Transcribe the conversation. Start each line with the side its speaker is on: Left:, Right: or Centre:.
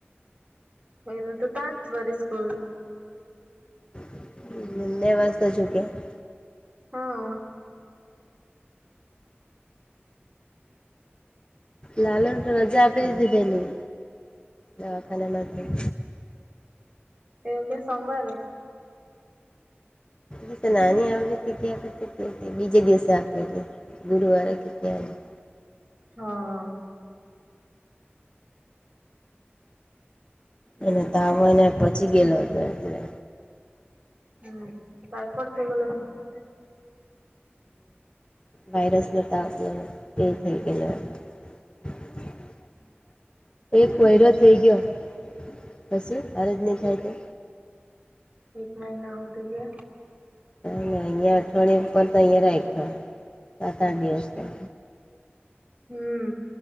Right: એને તો તાજ વરી સ્કૂલ.
Left: <unintelligible>
Right: હા
Left: લાલુ તો રજા આપી દીધી પેલી દવાખાના નથી
Right: એવું કે સોમવારે
Left: એ તો નાની આવે હતી ક્યાં કરતી બીજે દિવસે આપેલી ગુરુવારે કે ક્યાં <inaudible>
Right: હા
Left: અને તાવને પચી ગયેલો હતો એટલે
Right: હમ ટાઈફોઈડ થઈ ગલો મ કેમતે
Left: વાયરસ ને તાવ એ થઈ ગયેલો હતો એક વયરો થઈ ગયો કશું આ ર જ નહીં થાય તો
Right: એક મહિના હોદી.
Left: તય અઠવાયા ઉપર તો અહીંયા રાયખા સાત આઠ દિવસ ત.
Right: હમ.